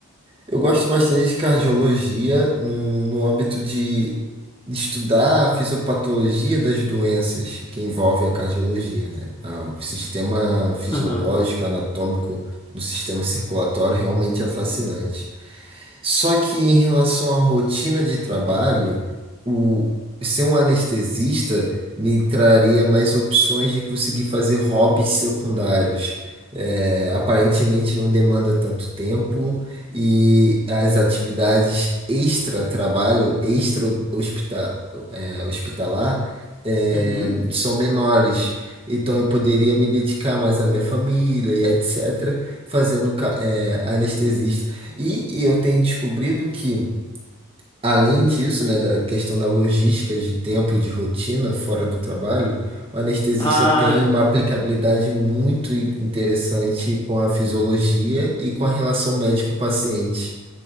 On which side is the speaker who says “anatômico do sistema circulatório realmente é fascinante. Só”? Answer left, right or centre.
Right